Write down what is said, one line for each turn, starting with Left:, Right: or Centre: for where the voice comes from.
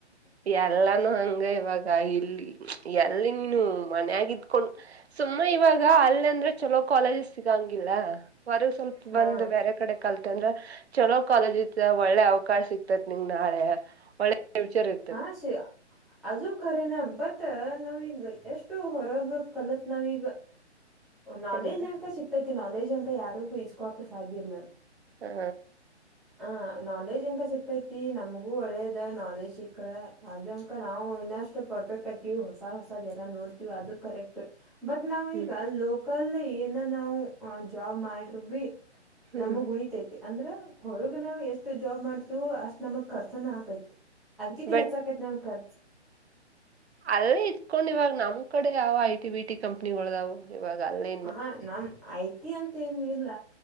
Right: ಎಲ್ಲಾನೂ ಹಂಗ ಇವಾಗ ಇಲ್ಲಿ ಎಲ್ಲಿ ನೀನು ಮನ್ಯಾಗತ್ಕೊಂಡ ಸುಮ್ಮ ಇವಾಗ ಅಲ್ಲಿ ಅಂದ್ರೆ ಚಲೋ ಕಾಲೇಜಸ್ ಸಿಗಂಗಿಲ್ಲ ಹೊರೆಗ ಸ್ವಲ್ಪ
Centre: ಹಾ
Right: ಬಂದ್ ಬ್ಯಾರೆ ಕಡೆ ಕಲ್ತ್ ಅಂದ್ರ ಚಲೋ ಕಾಲೇಜ್ ಒಳ್ಳೆ ಅವಕಾಶ ಸಿಕ್ತೈತ್ ನಿಂಗ ನಾಳೆ ಒಳ್ಳೆ ಫ್ಯೂಚರ್ ಇರ್
Centre: ಹಾ ಸಿ ಅದು ಕರೆೇನಾ ಬಟ್ ನಾವೀಗ ಎಷ್ಟು ಹೊರಗ ಕಲತ್ ನಾವೀಗ ನಾಲೆಜ್
Right: ಹೆಂಗ
Centre: ಅಂಕ ಸಿಕ್ತತಿ ನಾಲೆಜ್ ಅಂಕ ಯಾರಿಗೂ ಇಸ್ಕೋಕ್ ಸಾಧ್ಯ ಇಲ್ಲ.
Right: ಹಾ.
Centre: ಹ ನಾಲೆಜ್ ಎಂಗ ಸಿಕ್ತೈತಿ ನಮಗೂ ಒಳ್ಳೇದ ನಾಲೆಜ್ ಸಿಕ್ ಅ ಅದಂಕ ನಾವು ಇನ್ನಷ್ಟು ಪರ್ಫೆಕ್ಟ್ ಆಕಿವವಿ ಹೊಸ ಹೊಸದ ಎಲ್ಲ ನೋಡ್ತಿವಿ ಅದು ಕರೆಕ್ಟ್ ಬಟ್ ನಾವ್ ಈಗ
Right: ಹ್ಮ್
Centre: ಲೋಕಲ್ ಏನ ನಾವು ಜಾಬ್ ಮಾಡರು ಬಿ
Right: ಹ್ಮ್
Centre: ನಮಗ್ ಉಳಿತೈತಿ ಅಂದ್ರ ಹೊರಗ ನಾವ್ ಎಷ್ಟು ಜಾಬ್ ಮಾಡ್ತವೋ ಅಷ್ಟ್ ನಮಗ್ ಕರ್ಸನ ಆಕೈತಿ ಅದಕಿತ
Right: ಬಟ್
Centre: ಹೆಚ್ಚ ಆಕೈತಿ ನಮ್ ಖರ್ಚ
Right: ಅಲ್ಲೇ ಇತ್ಕೊಂಡ್ ಇವಾಗ ನಮ್ ಕಡೆ ಯಾವ ಐ ಟಿ ವಿ ಟಿ ಕಂಪ್ನಿಗಳುದಾವವು ಇವಾಗ ಅಲ್ಲಿ
Centre: ಹಾ ನಮ್ ಐ ಟಿ ಅಂತ ಏನ್ ಇಲ್ಲ